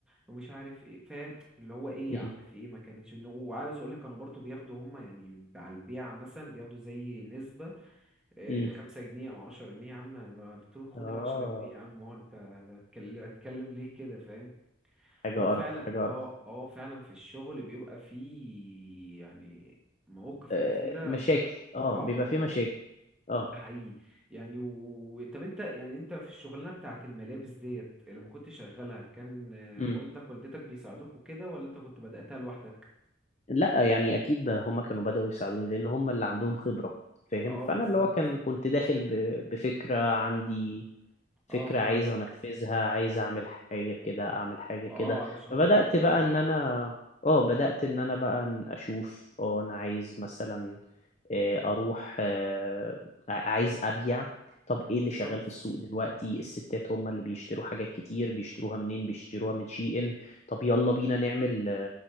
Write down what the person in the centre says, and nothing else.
ومش عارف ايه فاهم اللي هو ايه
يا عم في ايه ما كانتش انه وعاوز اقول لك كانوا برضو بياخدوا هم يعني على البيعة مثلا بياخدوا زي نسبة إيه،
خمسة جنيه او عشرة جنيه يا عم أنا قلت له خد
العشرة جنيه يا عم هو انت هتكلم هتكلم ليه كده فاهم
فهو
فعلا
اه اه فعلا في الشغل بيبقى فيه يعني مواقف
كتيرة
صعبة
اه
ده حقيقي يعني و... طب انت يعني انت في الشغلانة بتاعت الملابس ديت لما كنت شغالها كان آه،
والدك والدتك بيساعدوك وكده ولا انت كنت بدأتها لوحدك؟
اه
بالظبط
اه فاهمك
اه علشان
خاطر تعملها
بالظبط